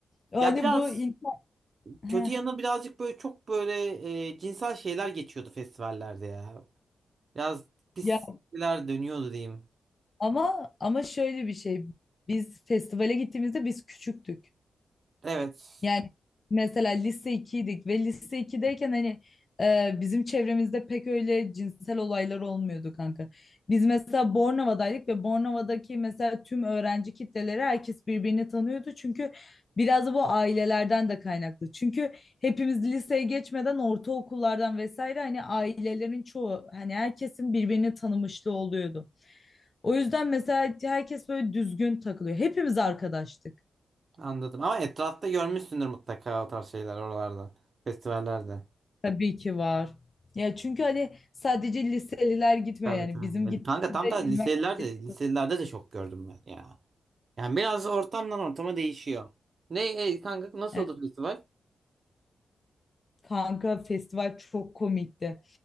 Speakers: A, on the left; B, on the right.
A: Hani
B: Ya biraz
A: bu in- Heh,
B: kötü yanı birazcık böyle çok böyle e, cinsel şeyler geçiyordu festivallerde ya. Biraz pisler
A: ya
B: dönüyordu diyeyim.
A: ama ama şöyle bir şey. Biz festivale gittiğimizde biz küçüktük.
B: Evet.
A: Yani mesela lise ikiydik ve lise 2'deyken hani e, bizim çevremizde pek öyle cinsel olaylar olmuyordu kanka. Biz mesela Bornova'daydık ve Bornova'daki mesela tüm öğrenci kitleleri herkes birbirini tanıyordu. Çünkü biraz da bu ailelerden de kaynaklı. Çünkü hepimiz liseye geçmeden ortaokullardan vesaire hani ailelerin çoğu hani herkesin birbirini tanımışlığı oluyordu. O yüzden mesela herkes böyle düzgün takılıyor. Hepimiz arkadaştık.
B: Anladım. Ama etrafta görmüşsündür mutlaka o tarz şeyler oralarda. Festivallerde.
A: Tabii ki var. Ya çünkü hani sadece liseliler gitmiyor
B: Tabii
A: yani
B: tabii.
A: bizim
B: Yani
A: gittiğimizde
B: kanka tam da liselerde,
A: üniversite
B: liselerde de çok gördüm ben ya. Yani biraz ortamdan ortama değişiyor. Ne e, kanka nasıldı
A: Evet,
B: festival?
A: kanka festival çok komikti.